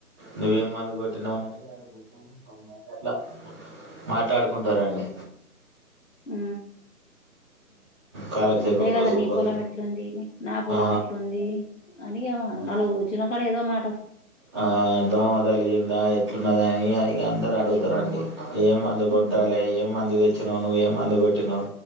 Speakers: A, on the right; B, on the left.
A: నువ్వు ఏమి మందు కొట్టినావు అని <unintelligible> సగం మంది అట్లా మాట్లాడుకుంటారండి
B: యూ
A: కాలక్షేపం
B: అంతే
A: కోసం
B: కదా నీ
A: పోతు
B: పొలం ఎట్లుంది నా పొలం
A: ఆ
B: ఎట్లుంది అని
A: ఆ
B: నాలుగు కూర్చున్నక్కడ ఏదో మాట్
A: ఆ దోమ తలిగిందా ఎట్లున్నదని మీ అడిగ అందరు అడుగుతారండి ఏ మందు కొట్టాలి
B: ఉమ్
A: ఏం మందు తెచ్చినవు నువ్వు ఏం మందు కొట్టినవ్